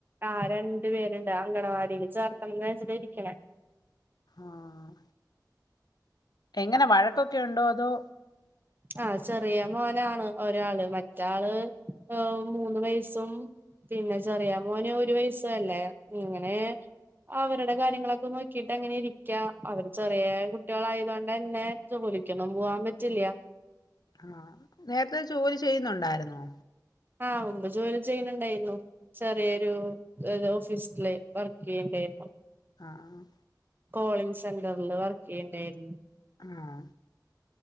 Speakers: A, on the right; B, on the left.
A: ആഹ് രണ്ട് പേര്ണ്ട്. അങ്കണവാടീല് ചേർക്കണംന്ന് വെച്ചിട്ടാ ഇരിക്ക്ണെ.
B: ആഹ്. എങ്ങനെ വഴക്കൊക്കെ ഇണ്ടോ അതോ.
A: ആഹ് ചെറിയ മോനാണ്. ഒരാള് മറ്റാള് ഏഹ് മൂന്ന് വയസും. പിന്നെ ചെറിയ മോന് ഒരു വയസു അല്ലെ. ഇങ്ങനെ. അവര്ടെ കാര്യങ്ങളൊക്കെ നോക്കീട്ട് അങ്ങനെ ഇരിക്ക്യാ. അവര് ചെറ്യേ കുട്ട്യേളായതോണ്ടെന്നെ ജോലിക്കൊന്നും പോവാൻ പറ്റില്ല.
B: ആഹ്. നേര്ത്തെ ജോലി ചെയ്യുന്നുണ്ടായിരുന്നോ.
A: ആഹ് മുമ്പ് ജോലി ചെയ്യുന്നുണ്ടായ്ന്നു. ചെറ്യേ ഒരു ഓഫീസ്ല് വർക്ക് ചെയ്യ്ണ്ടായിന്നു.
B: ആഹ് ആഹ്
A: കോളിംഗ് സെന്റർല് വർക്കെയ്യ്ണ്ടേർന്നു
B: ആഹ്